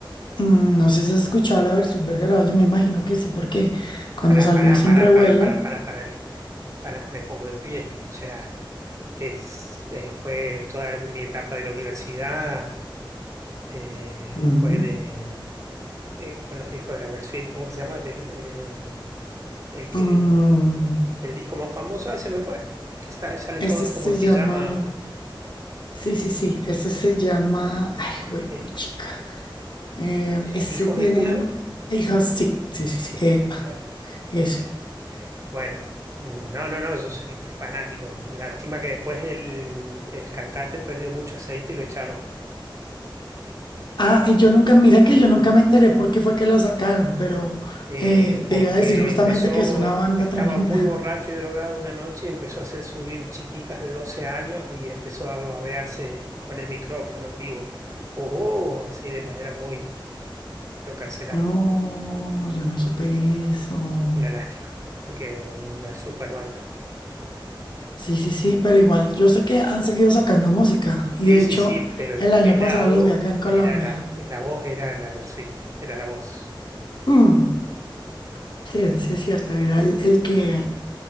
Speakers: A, on the left; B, on the right.
A: Mm, no sé si has escuchado la versión Vergara, yo me imagino que sí, porque cuando
B: Para,
A: salió
B: para,
A: hizo
B: para,
A: un revuelo.
B: para, para, para, para, para, me pongo de pie. O sea, es, eh, fue toda mi etapa de la universidad, eh,
A: Ujú.
B: fue de, eh, con los discos de la Versuit, ¿cómo que se llama? Del, eh, el que,
A: Mm,
B: el disco más famoso, ah, ese me fue, que está, salen
A: este
B: todos
A: se
B: como en
A: llama,
B: pijama,
A: sí, sí, sí, este se
B: eh,
A: llama, ay, güey,
B: del,
A: puchica. Eh,
B: eh,
A: este
B: hijos
A: tiene
B: del culo.
A: hijas, sí, sí, sí, sí, epa,
B: Bueno,
A: ese.
B: es, bueno. No, no, no, yo soy fanático. Lástima que después el, el cantante perdió mucho aceite y lo echaron
A: Ah, y yo nunca, mira que yo nunca me enteré por qué fue que lo sacaron, pero
B: eh,
A: eh,
B: porque
A: te iba a decir justamente
B: empezó,
A: que es una banda
B: estaba
A: tremenda.
B: muy borracho y drogado una noche, empezó a hacer subir chiquitas de 12 años y empezó a babearse con el micrófono en vivo. Oh, oh, así de manera muy... Lo cancelaron.
A: Oh, No, yo no supe eso.
B: Una lástima, porque es una super banda.
A: Sí, sí, sí, pero igual yo sé que han seguido sacando música y
B: Sí,
A: de
B: sí,
A: hecho
B: sí, pero el
A: el
B: pelado
A: año pasado los vi acá en Colombia.
B: era la, la voz, era la Bersuit, era la voz.
A: Mm, sí, eso sí es cierto, era el, el que,